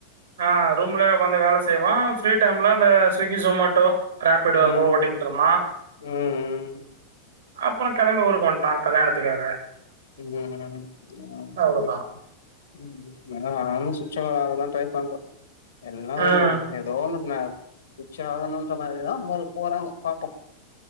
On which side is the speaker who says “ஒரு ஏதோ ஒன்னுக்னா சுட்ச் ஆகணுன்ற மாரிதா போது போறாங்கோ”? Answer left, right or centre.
Left